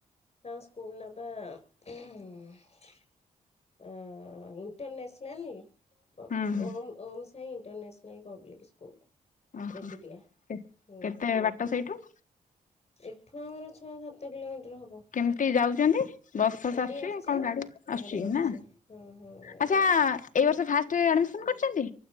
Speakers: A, on the left; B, on the left.
A: ତା ସ୍କୁଲ୍ ନାଁ ପା ଉଁ ଅ ଇଣ୍ଟରନେସନାଲ୍ ଓ
B: ହୁଁ ହୁଁ
A: ଓମ୍ ଓମ୍ ଶାଇ ଇଣ୍ଟରନେସନାଲ୍ ପବ୍ଲିକ୍ ସ୍କୁଲ୍।
B: ଓହ
A: ରେକୁଟିଆ।
B: କେ
A: ହୁଁ
B: କେତେ ବାଟ ସେଇଠୁ?
A: ଏଠୁ ଆମର ଛଅ ସାତ କିଲୋମିଟର୍ ହବ।
B: କେମତି ଯାଉଚନ୍ତି? ବସ୍ ଫସ୍
A: ଗାଡି
B: ଆସୁଚି
A: ଆସୁଛି।
B: କଣ ଗାଡ଼ି
A: ଗାଡି
B: ଆସୁଚି
A: ଆସୁଛି
B: ନାଁ
A: ହଁ ହଁ ଗାଡି
B: ଆଚ୍ଛା
A: ଆସୁଛି
B: ଏ ବର୍ଷ ଫାଷ୍ଟେ ଆଡ଼ିମିସନ୍ କରିଚନ୍ତି?